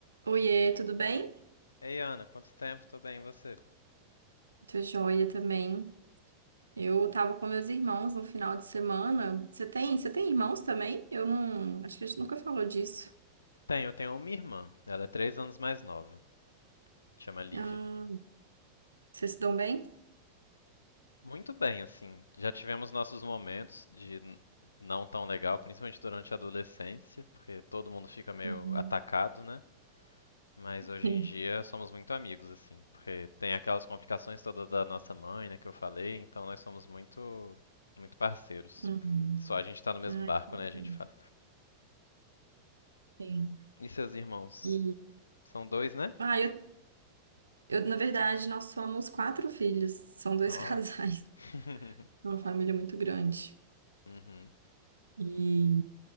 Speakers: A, on the right; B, on the left.
A: Oiê, tudo bem?
B: Ei, Ana, quanto tempo? Tô bem, e você?
A: Tô joia também. Eu tava com meus irmãos no final de semana. Você tem, você tem irmãos também? Eu não, acho que a gente nunca falou disso.
B: Tenho, eu tenho uma irmã. Ela é três anos mais nova. Chama Lívia.
A: Ah, vocês se dão bem?
B: Muito bem, assim. Já tivemos nossos momentos de n- não tão legal, principalmente durante a adolescência, porque todo mundo fica meio
A: Uhum.
B: atacado, né? Mas hoje
A: <laughs> Sim.
B: em dia somos muito amigos, assim, porque tem aquelas complicações todas da nossa mãe, né, que eu falei, então nós somos muito, muito parceiros.
A: Uhum.
B: porque só a gente tá no mesmo
A: Ai,
B: barco,
A: que legal.
B: né, a gente fala.
A: Sim.
B: E seus irmãos?
A: E,
B: São dois, né?
A: ah, eu, eu, na verdade, nós somos quatro filhos. São dois
B: Nossa.
A: <laughs> casais.
B: <laughs>
A: É uma família muito grande.
B: Uhum,
A: E